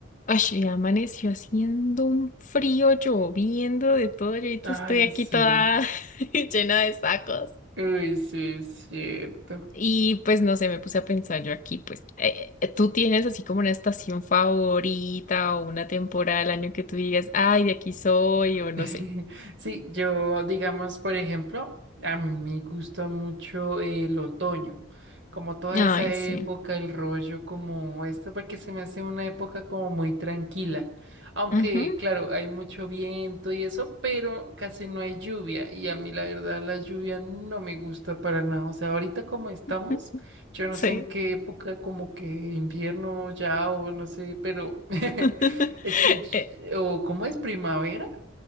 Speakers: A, on the left; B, on the right.
A: Ay, y amaneció haciendo un frío, lloviendo de todo. Yo ahorita
B: Ay,
A: estoy aquí
B: sí.
A: toda <laughs> llena de sacos.
B: Uy, sí, es cierto.
A: Y pues no sé, me puse a pensar yo aquí, pues, eh, eh, ¿tú tienes así como una estación favorita o una temporada del año que tú digas, ay, de aquí soy o no
B: <laughs>
A: sé?
B: Sí, yo, digamos, por ejemplo, a mí me gusta mucho el otoño, como toda
A: Ay,
B: esa época,
A: sí.
B: el rollo como esto, porque se me hace una época como muy tranquila. Aunque,
A: Ujú,
B: claro, hay mucho viento y eso, pero casi no hay lluvia. Y a mí, la verdad, la lluvia no me gusta para nada. O sea, ahorita como estamos,
A: ujú,
B: yo no
A: Sí.
B: sé en qué época, como que invierno ya o no sé, pero <laughs>
A: <laughs>
B: es que, ll-
A: Eh,
B: o ¿cómo es primavera?